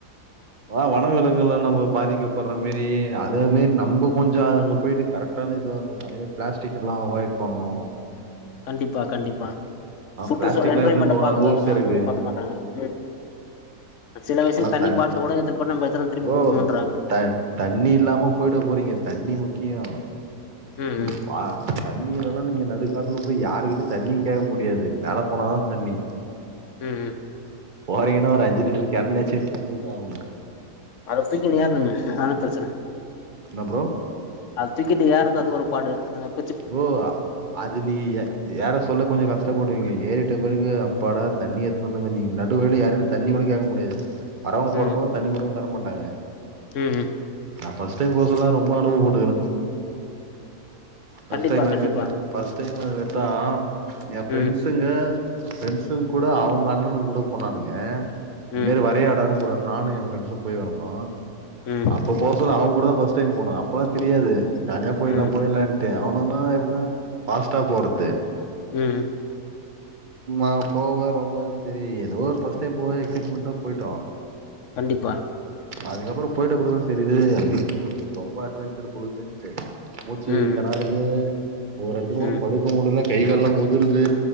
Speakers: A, on the right; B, on the left.
A: வா வன விலங்குகள்லா நம்ம பாதிக்கப்படுற மேரி அதே மேரி நம்ம கொஞ்ச அங்க போயிட்டு கரட் ட்டான இதுவா இருக்கணு அதே மாரி பிளாஸ்டிக்கெல்லா அவாய்ட் பண்ணணு
B: கண்டிப்பா கண்டிப்பா ஃபுட்
A: பிளாஸ்டிக்லா
B: ரிசல்ட் ஒரு என்ஜாய்மெண்ட
A: எடுத்துன்னு போகூடாது
B: பாதுகாக்கனு
A: ரூல்ஸ் இருக்கு
B: அத பாக்க மாட்டாங்க ம் சில விஷயோ
A: ஆனா
B: தண்ணி
A: தண்
B: பாட்ல கூட இது பண்ண நம்ம எத்தன திருப்பி
A: ப்ரோ
B: குடுக்கணுன்றாங்க
A: த தண்ணி இல்லாம போய்ட போறீங்க தண்ணி முக்கியோ
B: ம் ம்
A: பா தண்ணி இல்லன்னா நீங்க நடுக்காட்டுல போய் யாருக்கிட்டையு தண்ணியு கேக்க முடியாது மேலப் போனதா தண்ணி
B: ம் ம்
A: போறீங்கன்னா ஒரு அஞ்சு லிட்டர் கேன்ல சேத்துட்டு போயிட் ஆகணு
B: அத தூங்கினு ஏறணுமே அதுதான ப்ரச்சன
A: என்ன ஃப்ரோ
B: அத தூக்கிட்டு ஏர்றது அது ஒரு பாடு எங்கப்
A: ஃப்ரோ அது அது நீங்க எ ஏற சொல்ல கொஞ்ச கஷ்டப்படுவீங்க ஏறிட்ட பெறகு அப்பாடா தண்ணி எட்த்துன்னு வந்தோ மணி நடுவழில யாரோட தண்ணி கூட கேக்க முடியாது வரவுங்க
B: ம்
A: போறவுங்க தண்ணி கூட தர மாட்டாங்க
B: ம் ம்
A: நா ஃபர்ஸ்ட் டைம் போக சொல்ல ரொம்ப அனுபவோ பட்டுக்குறே ஃபர்ஸ்ட்
B: கண்டிப்பா
A: டைம் அது
B: கண்டிப்பா
A: மாரித்தா ஃபர்ஸ்ட் டைம் அது மாறிதா ஏ ஃப்ரெண்ட்ஸ்
B: ம்
A: ஸ்சுங்க ஃபிரண்ட்ஸ் கூட அவுங்க அண்ணனுங் கூட போணானுங்க இதுமாறி
B: ம்
A: வரியாடா கூட நானு ஏ ஃப்ரெண்ட்ஸு போய் வெர்தோ
B: ம்
A: இப்ப போக சொல்ல அவுங்க கூடதா ஃபர்ஸ் டைம் போனோ அப்பொல்லா தெரியாது ஜாலிய போயிட்லா
B: ம்
A: போயிட்லான்ட்டு அவனுகல்லா எப்டின்னா ஃபாஸ்ட்டா போறது
B: ம்
A: நாங்க போவ ரொம்ப செரி எதோ ஒரு பஃர்ஸ்ட் டைம் போவ எக்ஸைட்மெண்டா பொயிட்டோ
B: கண்டிப்பா
A: அதுக்கப்பறோ போயிட்ட பெறகுதா தெரியுது ஐய்யய்யோ இது ரொம்ப அட்வென்ஞர் போலதுனு மூச்சு
B: ம்
A: தெனருது ஒரு எடத்துல கூட
B: ம்
A: படுக்க டல்ல கை கால்லா ஒதருது